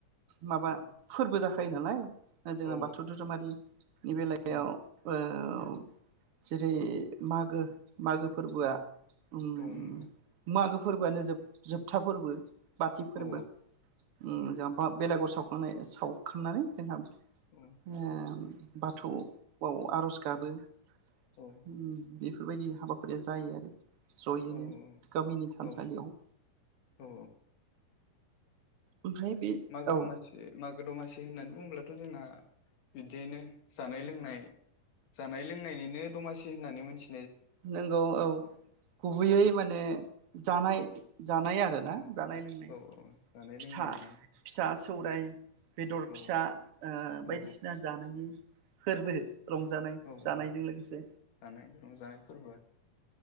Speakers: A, on the right; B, on the left.
A: माबा
B: औ
A: फोरबो जाखो <inaudible> नालाय। जोंना
B: औ
A: बाथौ धोरोमारिनि बेलायाव बेयाव।
B: औ
A: जेरै मागो। मागो फोरबोआ
B: औ
A: ओम
B: औ नंगौ
A: मागो। बफोरबोआनो जोब जोबथा फोरबो। बाथि फोरबो
B: औ
A: ओम
B: औ
A: जा बेलागुर साव। सावखांनानै जोंहा।
B: औ
A: ओम। बाथौ। आव आरज गाबो। ओम बेफ-
B: औ
A: बेफोरबायदि हाबाफारिया जायो आरो। जयैनो
B: औ
A: गामिनि थानसालियाव
B: औ औ ओ
A: ओमफ्राय बे
B: मागो
A: औ
B: दमासि मागो दमासि होननानै बुङोब्लाथ जोंना बिदियैनो जानाय लोंनाय जानाय लोंनायनिनो दमासि होननानै मोनथि
A: नंगौ औ गुबैयै माने जानाय जानाय आरोना
B: औ
A: जानाय लोंनाय
B: औ औ जानाय
A: फिथा
B: लोंनायनिनो
A: फिथा सौराय बेदर
B: औ
A: फिसा
B: औ
A: बायदिसिना जानायनि फोरबो रंजानाय
B: औ
A: जानायजों
B: औ
A: लोगोसे
B: जानाय रंजानाय फोरबो